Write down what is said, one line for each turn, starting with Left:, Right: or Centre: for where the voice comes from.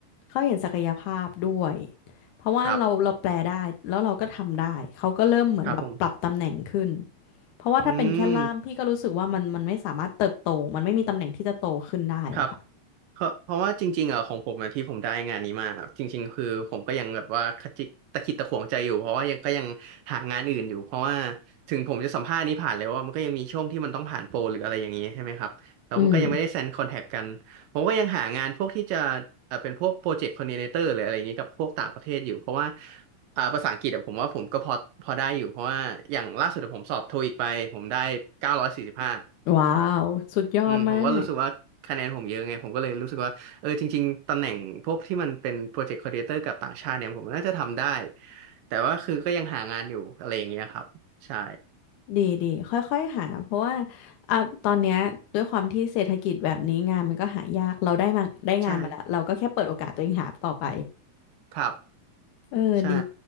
Left: เขาเห็นศักยภาพด้วยเพราะว่าเราเราแปลได้แล้วเราก็ทำได้เขาก็เริ่มเหมือนแบบปรับตำแหน่งขึ้น
Right: ครับครับผม
Left: เพราะว่าถ้าเป็นแค่ล่ามพี่ก็รู้สึกว่ามันมันไม่สามารถเติบโตมันไม่มีตำแหน่งที่จะโตขึ้นได้อะค่ะ
Right: อืม ครับเพราะเพราะว่าจริงๆอ่ะของผมอะที่ผมได้งานนี้มาจริงๆคือผมก็ยังแบบว่าขจิกตะขิดตะขวงใจอยู่เพราะว่ายังก็ยังหางานอื่นอยู่เพราะว่าถึงผมจะสัมภาษณ์นี้ผ่านแล้วว่ามันก็ยังมีช่วงที่มันต้องผ่านโปรหรืออะไรอย่างนี้ใช่ไหมครับแล้วมันก็ยังไม่ได้เซ็นคอนแทคกันผมก็ยังหางานพวกที่จะเอ่อเป็นพวกโปรเจกต์คอ
Left: อืม
Right: r d ดิเนเตอร์หรืออะไรอย่างนี้กับพวกต่างประเทศอยู่เพราะว่าอ่าภาษาอังกฤษอะผมว่าผมก็พอพอได้อยู่เพราะว่าอย่างล่าสุดอะผมสอบโทอีกไปผมได้เก้าร้อยสี่สิบห้า
Left: ว้าวสุดยอดมาก
Right: อืมผมก็รู้สึกว่าคะแนนผมเยอะไงผมก็เลยรู้สึกว่าเออจริงๆตำแหน่งพวกที่มันเป็นโปรเจกต์คอ r d ดิเ t เตอร์กับต่างชาติเนี่ยผมน่าจะทำได้แต่ว่าคือก็ยังหางานอยู่อะไรอย่างเงี้ยครับใช่
Left: ดีดีค่อยๆหาเพราะว่าอ่ะตอนเนี้ยด้วยความที่เศรษฐกิจแบบนี้งานมันก็หายากเราได้มาได้งานมาแล้วเราก็แค่เปิดโอกาสตัวเองหาต่อไป
Right: ใช่ครับ
Left: เออดี
Right: ใช่